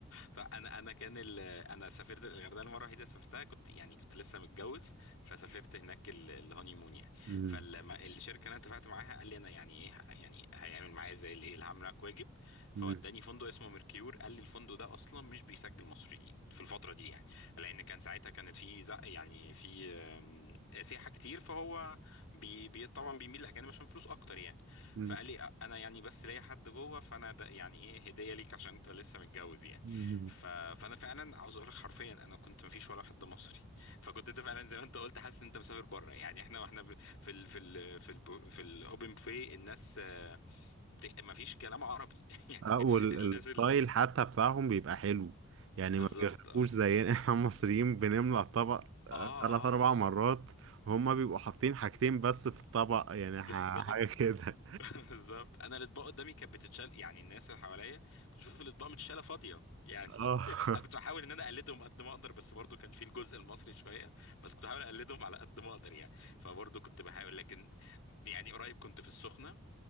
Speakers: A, on the left; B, on the right.
A: فانا انا كان ال... انا سافرت الغردقه المره الوحيده سافرتها كنت يعني كنت لسه متجوز فسافرت هناك ال- الهوني مون يعني
B: مم.
A: فلما الشركه اللي انا اتفقت معاها قال لي انا يعني ايه يعني هيعمل معايا زي الايه اللي هعمل معاك واجب فوداني
B: مم.
A: فندق اسمه ميركيور قال لي الفندق ده اصلا مش بيسجل مصريين في الفتره دي يعني لان كان ساعتها كانت في زق يعني في آم، سياحه كتير فهو بي... بي... طبعا بيميل للاجانب عشان فلوس اكتر يعني
B: مم.
A: فقال لي انا يعني بس ليا حد جوه فانا ده يعني ايه هديه ليك عشان انت لسه متجوز يعني.
B: مم.
A: ف... فانا فعلا عاوز اقول لك حرفيا انا كنت مفيش ولا واحد ده مصري فكنت انت فعلا زي ما انت قلت حاسس ان انت مسافر بره يعني احنا واحنا ب... في ال... في ال... في ال... في الاوبن بوفيه الناس آه، بت... مفيش كلام عربي <laughs> يعني
B: اه والستايل
A: الناس ال...
B: حتى بتاعهم بيبقى حلو
A: <laughs>
B: يعني
A: بالظبط
B: ما بيغرفوش
A: اه
B: زينا <laughs> احنا المصريين بنملى الطبق آه،
A: اه
B: تلات
A: اه
B: أربع
A: آه.
B: مرات هما بيبقوا حاطين حاجتين بس في الطبق يعني
A: بالظبط
B: ح- حاجة كده
A: <laughs> بالظبط انا الاطباق قدامي كانت بتتشال يعني الناس اللي حواليا كنت بشوف الاطباق متشاله فاضيه يعني
B: اه
A: <laughs> انا كنت بحاول ان انا اقلدهم قد ما اقدر بس برضو كان في الجزء المصري شويه بس كنت بحاول اقلدهم على قد ما اقدر يعني فبرضو كنت بحاول لكن يعني قريب كنت في السخنه